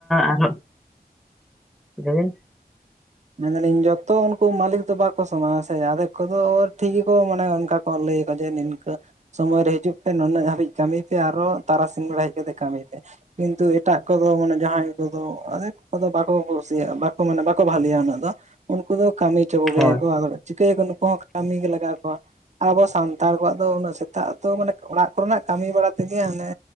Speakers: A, in the centre; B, on the right (about 45°).
A: ᱟᱨᱦᱚᱸ ᱟᱹᱵᱤᱱ
B: ᱢᱮᱱᱫᱟᱞᱤᱧ ᱡᱚᱛᱚ ᱩᱱᱠᱩ ᱢᱟᱹᱞᱤᱠ ᱫᱚ ᱵᱟᱠᱚ ᱥᱚᱢᱟᱱᱟ ᱥᱮ ᱟᱫᱷᱮᱠ ᱠᱚᱫᱚ ᱴᱷᱤᱠ ᱜᱮᱠᱚ ᱢᱟᱱᱮ ᱚᱱᱠᱟ ᱠᱚ ᱞᱟᱹᱭ ᱞᱟᱹᱭ ᱡᱮ ᱱᱤᱝᱠᱟᱹ ᱥᱚᱢᱚᱭ ᱨᱮ ᱦᱤᱡᱩᱜ ᱯᱮ ᱱᱩᱱᱟᱹᱜ ᱦᱟᱹᱵᱤᱡ ᱠᱟᱹᱢᱤ ᱯᱮ ᱟᱨᱚ ᱛᱟᱨᱟᱥᱤᱧ ᱵᱮᱲᱟ ᱦᱚ ᱠᱟᱛᱮ ᱠᱟᱹᱢᱤ ᱯᱮ ᱠᱤᱱᱛᱩ ᱮᱴᱟᱜ ᱠᱚᱫᱚ ᱢᱟᱱᱮ ᱡᱟᱦᱟᱸᱭ ᱠᱚᱫᱚᱮᱠ ᱠᱚᱫᱚ ᱵᱟᱠᱚ ᱠᱩᱥᱤᱭᱟᱜᱼᱟ᱾ ᱵᱟᱠᱚ ᱢᱟᱱᱮ ᱵᱟᱠᱚ ᱵᱷᱟᱞᱮᱤᱭᱟ ᱩᱱᱟᱹᱜ ᱫᱚ ᱩᱱᱠᱩ ᱫᱚ ᱠᱟᱹᱢᱤ ᱦᱚᱪᱚ ᱠᱚᱜᱮᱭᱟᱠᱚ
A: ᱦᱳᱭ
B: ᱟᱫᱚ ᱪᱤᱠᱟᱹᱭᱟᱠᱚ ᱱᱩᱠᱩ ᱦᱚᱸ ᱠᱟᱹᱢᱤ ᱜᱮ ᱞᱟᱜᱟᱣ ᱠᱚᱣᱟ᱾ ᱟᱨ ᱟᱵᱚ ᱥᱟᱱᱛᱟᱲ ᱠᱚᱣᱟᱜ ᱫᱚ ᱩᱱᱟᱹᱜ ᱥᱮᱛᱟᱜᱛᱚ ᱢᱟᱱᱮ ᱚᱲᱟᱜ ᱠᱚᱨᱮᱱᱟᱜ ᱠᱟᱹᱢᱤ ᱵᱟᱲᱟ ᱛᱮᱜᱮ ᱦᱟᱱᱮ